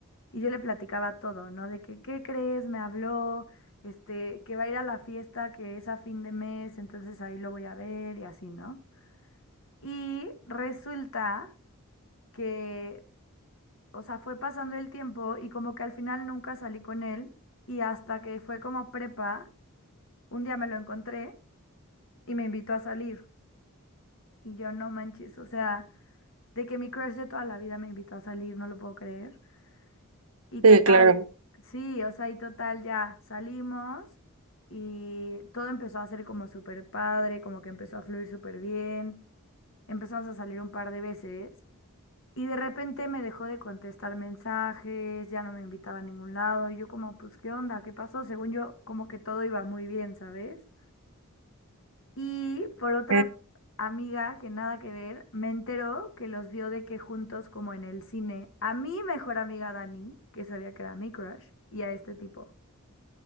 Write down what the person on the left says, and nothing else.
y yo le platicaba todo, ¿no? De que, ¿qué crees? Me habló, este, que va a ir a la fiesta que es a fin de mes, entonces ahí lo voy a ver y así, ¿no? Y resulta que, o sea, fue pasando el tiempo y como que al final nunca salí con él y hasta que fue como prepa, un día me lo encontré y me invitó a salir y yo no manches, o sea... De que mi crush de toda la vida me invitó a salir, no lo puedo creer. Y total,
sí, o sea, y total ya salimos y todo empezó a ser como súper padre, como que empezó a fluir súper bien. Empezamos a salir un par de veces y de repente me dejó de contestar mensajes, ya no me invitaba a ningún lado. Y yo como, pues, ¿qué onda? ¿Qué pasó? Según yo, como que todo iba muy bien, ¿sabes? Y por otra
amiga que nada que ver, me enteró que los vio de que juntos como en el cine, a mi mejor amiga Dani, que sabía que era mi crush, y a este tipo.